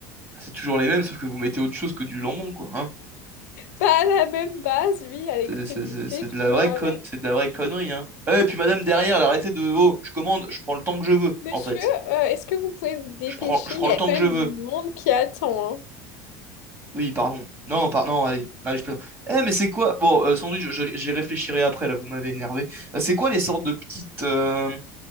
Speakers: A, on the right; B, on the left.
A: c'est toujours les mêmes, sauf que vous mettez autre chose que du jambon, quoi, hein.
B: Pas à la même base, lui, il y a les
A: C'est
B: crudités,
A: c'est- c'est- c'est de la
B: toujours
A: vraie
B: à
A: con...
B: mettre.
A: c'est de la vraie connerie, hein. Eh, et puis madame, derrière, elle, arrêtez de... Oh, je commande, je prends le temps que je veux,
B: Monsieur,
A: en fait.
B: euh, est-ce que vous pouvez vous dépêcher?
A: Je prends, je prends
B: Il y
A: le
B: a
A: temps
B: quand
A: que
B: même
A: je veux.
B: du monde qui attend. hein.
A: Oui, pardon. Non, par- non, allez, allez, je plaisante. Eh, mais c'est quoi? Bon, euh, sans doute, je- je- j'y réfléchirai après, là, vous m'avez énervé. Euh, c'est quoi les sortes de petites... euh,